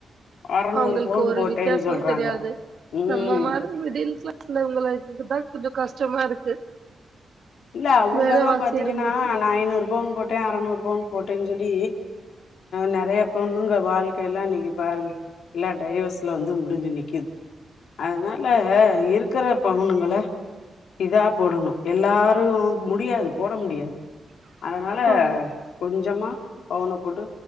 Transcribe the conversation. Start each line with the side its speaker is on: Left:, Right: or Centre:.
Left: அறநூறு
Right: அவங்களுக்கு
Left: பவுன்
Right: ஒரு
Left: போட்டேன்னு
Right: வித்தியாசமு
Left: சொல்றாங்க
Right: தெரியாது
Left: ம்
Right: நம்ம மா மிடில் கிளாஸ்ல உள்ளவங்களுக்குதா கொஞ்சோ கஷ்டமா இருக்கு
Left: இல்ல அவுங்கதான்
Right: வேலைவா
Left: பாத்தீங்கன்னா
Right: சேரும்போது
Left: நா ஐநூறு பவுனு போட்டன் அறநூறு பவுனு போட்டன் சொல்லி நெறையா பொண்ணுங்க வாழ்க்கைல இன்னைக்கு பாருங்க எல்லா டைவர்ஸ்ல வந்து முடிஞ்சு நி்க்கிது அதனால இருக்கற பவுனுங்கள இதா போடணு எல்லா அதுவு முடியாது போட முடியாது அதனால
Right: ஆமா
Left: கொஞ்சமா பவுன போட்டு